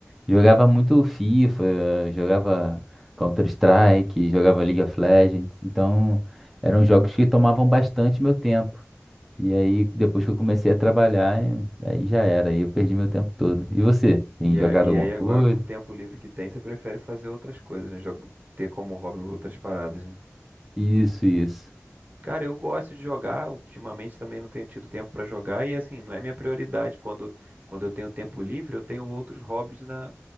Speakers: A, in the centre; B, on the right.
A: Jogava muito FIFA, jogava Counter-Strike, jogava League of Legends. Então eram jogos que tomavam bastante meu tempo. E aí, depois que eu comecei a trabalhar, eh, aí já era. Aí eu perdi meu tempo todo. E você? Tem
B: E, e
A: jogado
B: a- e
A: alguma
B: aí agora
A: coisa?
B: com o tempo livre que tem, você prefere fazer outras coisas, né? Joga- ter como hobby outras paradas, né?
A: Isso, isso.
B: Cara, eu gosto de jogar, ultimamente também não tenho tido tempo pra jogar e assim, não é minha prioridade. Quando, quando eu tenho tempo livre, eu tenho outros hobbies na,